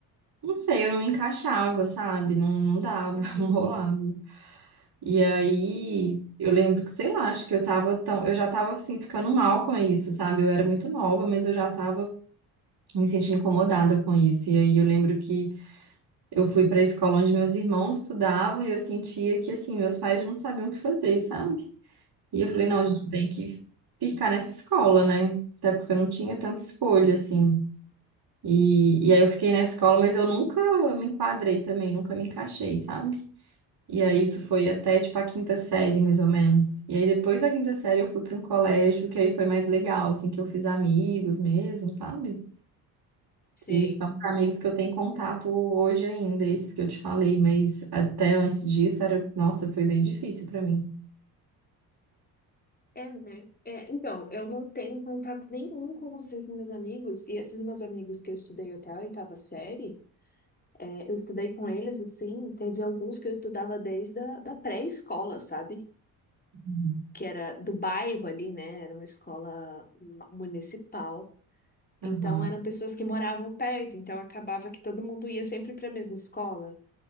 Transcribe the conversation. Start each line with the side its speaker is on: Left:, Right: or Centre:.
Right: não sei, eu não me encaixava, sabe? Não, não dava,
Left: Uhum.
Right: <laughs> não rolava. E aí, eu lembro que, sei lá, acho que eu tava tão, eu já tava assim ficando mal com isso, sabe? Eu era muito nova, mas eu já tava me sentindo incomodada com isso. E aí eu lembro que eu fui para a escola onde meus irmãos estudavam e eu sentia que assim, meus pais não sabiam o que fazer, sabe? E eu falei,
Left: Uhum,
Right: não, a gente tem que ficar nessa escola, né? Até porque eu não tinha tanta escolha assim. E, e aí eu fiquei nessa escola, mas eu nunca me enquadrei também, nunca me encaixei, sabe? E aí isso foi até tipo a quinta série, mais ou menos. E aí depois da quinta série eu fui para um colégio que aí foi mais legal, assim, que eu fiz amigos mesmo, sabe?
Left: sei.
Right: que são os amigos que eu tenho contato hoje ainda, esses que eu te falei, mas até antes disso era, nossa, foi bem difícil para mim.
Left: É, né? É, então, eu não tenho contato nenhum com os esses meus amigos, e esses meus amigos que eu estudei até a oitava série, é, eu estudei com eles assim, teve alguns que eu estudava desde a da pré-escola, sabe?
Right: Uhum.
Left: que era do bairro ali, né? Era uma escola ma- municipal.
Right: Aham,
Left: Então eram pessoas que moravam perto, então acabava que todo mundo ia sempre para a mesma escola.